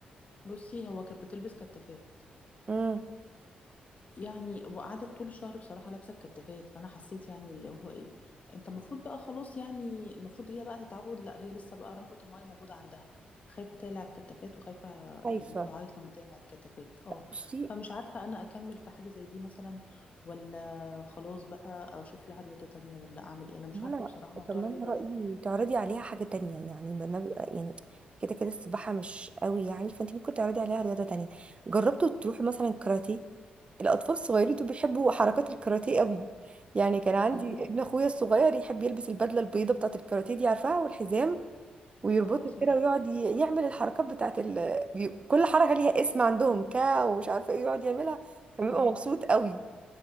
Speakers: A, on the left; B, on the right.
A: بصي هو كانت بتلبس كتافات
B: امم
A: يعني وقعدت طول الشهر بصراحة لابسة الكتافات فأنا حسيت يعني اللي هو إيه أنت المفروض بقى خلاص يعني المفروض هي بقى تتعود لا هي لسه بقى رهبة المية موجودة عندها خايفة تقلع الكتافات وخايفة
B: خايفة
A: يعني بتعيط لما تقلع الكتافات اه
B: بصي
A: فمش عارفة أنا أكمل في حاجة زي دي مثلا ولا خلاص بقى أو أشوف لها رياضة تانية ولا أعمل إيه أنا مش
B: إن
A: عارفة
B: انا
A: بصراحة موضوع
B: طب ما
A: الرياضة
B: انا
A: ده
B: رأيي تعرضي عليها حاجة تانية يعني بنب... يعني كده كده السباحة مش قوي يعني فانت ممكن تعرضي عليها رياضة تانية جربتوا تروحي مثلا كاراتيه الأطفال الصغيرين دول بيحبوا حركات الكاراتيه قوي يعني كان
A: حقيقي
B: عندي ابن اخويا الصغير يحب يلبس البدلة البيضة بتاعة الكاراتيه دي عارفاها والحزام ويربطه
A: اه عارفاه
B: كده ويقعد ي- يعمل الحركات بتاعت ال... بي- كل حركة ليها اسم عندهم كا ومش عارفة ايه يقعد يعملها كان بيبقى
A: اه
B: مبسوط قوي